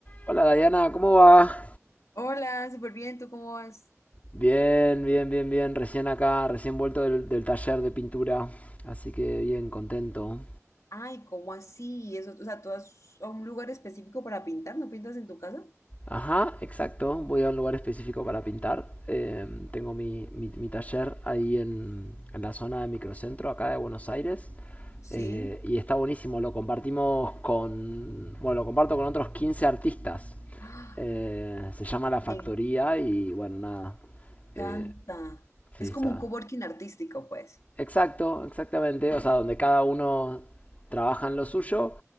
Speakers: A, on the left; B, on the left.
A: Hola Dayana, ¿cómo va?
B: Hola, súper bien, ¿tú cómo vas?
A: Bien, bien, bien, bien. Recién acá, recién vuelto del, del taller de pintura. Así que bien, contento.
B: Ay, ¿cómo así? Eso, o sea, ¿tú vas a un lugar específico para pintar? ¿No pintas en tu casa?
A: Ajá, exacto. Voy a un lugar específico para pintar. Eh, tengo mi, mi- mi taller ahí en, en la zona de microcentro, acá de Buenos Aires.
B: Sí.
A: Eh, y está buenísimo. Lo compartimos con... Bueno, lo comparto con otros 15 artistas.
B: ¡Ah!
A: Eh, se llama La Factoría
B: Me
A: y bueno, nada.
B: encanta.
A: Eh, sí,
B: Es
A: está.
B: como un coworking artístico, pues.
A: Exacto, exactamente. O sea, donde cada uno trabaja en lo suyo,